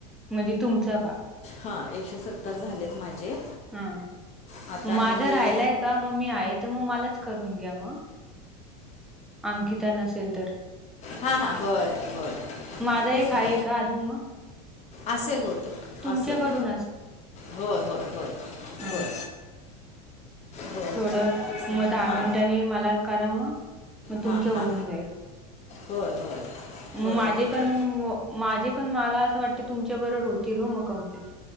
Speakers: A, in the centre; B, on the left.
A: म्हणजे तुमच का?
B: हा एकशे सत्तर झालेत माझे.
A: हा
B: आता आणि
A: माझ
B: हे
A: राहिलाय का? मग मी आहे तर मग मलाच करून घ्या मग. अंकिता नसेल तर.
B: हा हा होय, बर
A: माझा
B: तेच
A: एक
B: ना.
A: आहे का अजून मग
B: असेल बहुतेक
A: तुमच्याकडून
B: असेल. होय होय होय.
A: हम्म
B: होय होय
A: थोड मग
B: तेच ना
A: दहा
B: हां
A: मिनिटांनी मला करा मग. मग तुमचं
B: हा
A: होऊन
B: हा
A: जाईल
B: होय होय.
A: मग
B: बरोबर
A: माझे
B: आहे
A: पण,
B: ते
A: माझे पण मला अस वाटत तुमच्या बरोबर होतील हो मग कंप्लीट.